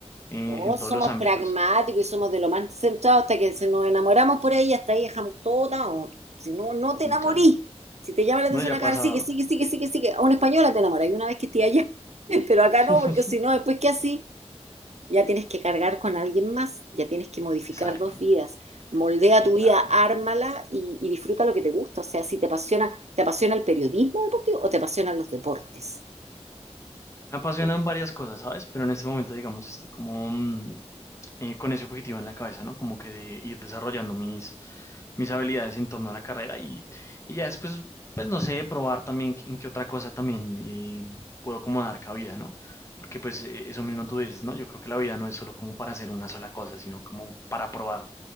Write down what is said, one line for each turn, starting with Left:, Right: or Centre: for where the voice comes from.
Left: eh,
Right: Todos
Left: en todos
Right: somos
Left: los ámbitos.
Right: pragmáticos y somos de lo más centrados hasta que se nos enamoramos por ahí, hasta ahí dejamos todo down. Si no, no te
Left: Sí,
Right: enamorís.
Left: claro.
Right: Si te llama la
Left: No,
Right: atención
Left: ya
Right: acá,
Left: pasa.
Right: sigue, sigue, sigue, sigue, sigue. A una española te enamoras y una vez que esté allá. <laughs> Pero acá
Left: <laughs>
Right: no, porque si no, después qué así, Ya tienes que cargar con alguien más, ya tienes que modificar
Left: Exacto.
Right: dos vidas. Moldea
Left: Sí,
Right: tu
Left: claro.
Right: vida, ármala y, y disfruta lo que te gusta. O sea, si te apasiona, ¿te apasiona el periodismo deportivo o te apasionan los deportes?
Left: Me apasionan varias cosas, ¿sabes? Pero en este momento, digamos, estoy como, mm, eh, con ese objetivo en la cabeza, ¿no? Como que de ir desarrollando mis, mis habilidades en torno a la carrera y, y ya después, pues no sé, probar también qué- en qué otra cosa también eh, puedo como dar cabida, ¿no? Porque pues eh, eso mismo tú dices, ¿no? Yo creo que la vida no es solo como para hacer una sola cosa, sino como para probar